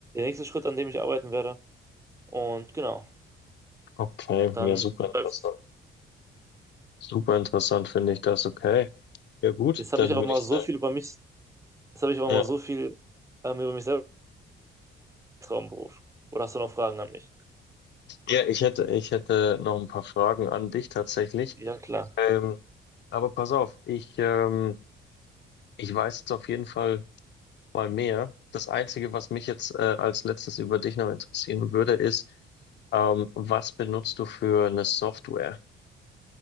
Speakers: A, on the right (about 15°); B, on the left (about 60°).
A: nächste Schritt, an dem ich arbeiten werde. Und genau,
B: Okay,
A: dann
B: ja, super interessant.
A: läuft's.
B: Super interessant finde ich das. Okay. Ja, gut,
A: Jetzt
B: dann
A: habe ich aber
B: würde
A: mal
B: ich
A: so
B: sagen.
A: viel über mich, jetzt habe ich aber
B: Ja.
A: mal so viel ähm, über mich selber im Traumberuf. Oder hast du noch Fragen an mich?
B: Ja, ich hätte, ich hätte noch ein paar Fragen an dich tatsächlich.
A: Ja, klar.
B: Ähm, aber pass auf, ich, ähm, ich weiß jetzt auf jeden Fall mal mehr. Das Einzige, was mich jetzt äh, als letztes über dich noch interessieren würde, ist, ähm, was benutzt du für eine Software?